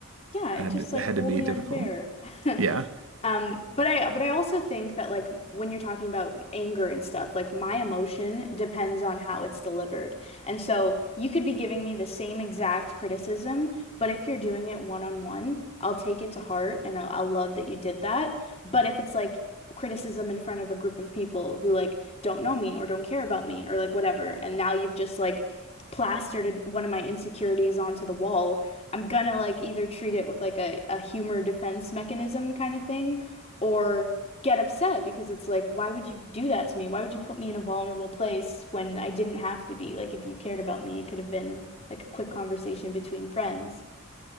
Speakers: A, on the left (about 30°); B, on the right (about 80°).
A: Yeah,
B: That
A: it's
B: had,
A: just
B: that
A: like
B: had
A: wholly
B: to be difficult.
A: unfair. <laughs>
B: Yeah,
A: Um, but I but I also think that like when you're talking about anger and stuff, like my emotion depends on how it's delivered. And so you could be giving me the same exact criticism, but if you're doing it one on one, I'll take it to heart and I'll, I'll love that you did that. But if it's like criticism in front of a group of people who like don't know me or don't care about me or like whatever and now you've just like plastered one of my insecurities onto the wall i'm gonna like either treat it with like a, a humor defense mechanism kind of thing or get upset because it's like why would you do that to me why would you put me in a vulnerable place when i didn't have to be like if you cared about me it could have been like a quick conversation between friends